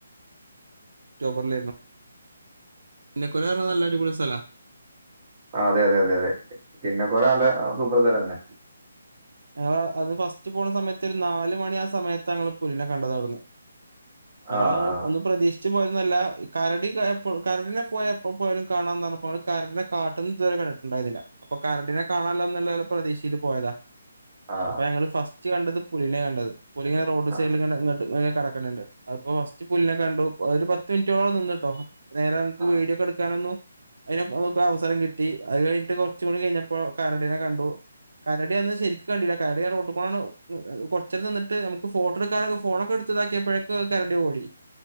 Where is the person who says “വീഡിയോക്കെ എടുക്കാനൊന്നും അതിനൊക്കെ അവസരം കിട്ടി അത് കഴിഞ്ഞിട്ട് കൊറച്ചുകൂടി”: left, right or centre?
Right